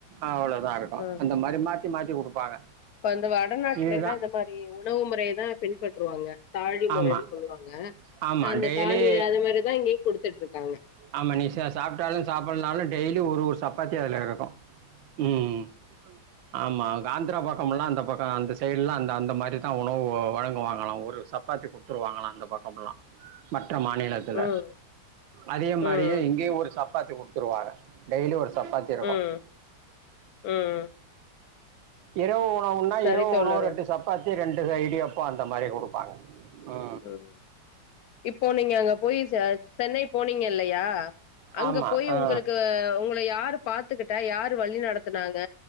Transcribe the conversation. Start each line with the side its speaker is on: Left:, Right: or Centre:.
Right: அவ்வளோதான் இருக்கு
Left: ஆ
Right: அந்த மாரி மாட் மாத்தி மாத்தி கொடுப்பாங்க
Left: இப்ப அந்த வடநாட்ல
Right: இப்ப
Left: எல்லா
Right: அந்த வாரத்துக்கு ஒரு டைம்
Left: இந்த மாதிரி உணவு முறையதா பின்பற்றுவாங்க தாழி முறைன்னு
Right: ஆமா
Left: சொல்லுவாங்க
Right: ஆமா
Left: அந்த
Right: டெய்லி
Left: தாழி அது மாதிரிதான் இங்கேயும் குடுத்துட்டு இருக்காங்க
Right: ஆமா நீ சா சாப்ட்டாலு சாப்டனாலு டெய்லி ஒரு ஒரு ஒரு சப்பாத்தி அதுல இருக்கு ம் ம் ஆமா ஆந்திரா பக்கம் முலாம் அந்த பக்கம் அந்த சைடுலா அந்த அந்த மாதிரி தான் உணவு வழங்குவாகலா ஒரு சப்பாத்தி கொடுத்துருவாங் வாங்கலா அந்த பக்கம்லா மற்ற மாநிலத்தில
Left: ம்
Right: அதே மாரியே
Left: ம்
Right: இங்கேயும் ஒரு சப்பாத்தி கொடுத்துருவாக டெய்லி ஒரு சப்பாத்தி இருக்கும்.
Left: ம் ம்
Right: இரவு உணவுன்னா
Left: சரி
Right: இரவு
Left: தோழரே
Right: உணவு ரெண்டு சப்பாத்தி ரெண்டு இடியப்போ அந்த மாரி கொடுப்பாங்க ஆ
Left: ம் இப்போ நீங்க அங்க போய் சென்னை போனீங்கல்லையா அங்க
Right: ஆமா
Left: போய்
Right: ஆ
Left: உங்களுக்கு உங்களை யாரு பாத்துக்கிட்டா யாரு வழி நடத்தனாங்க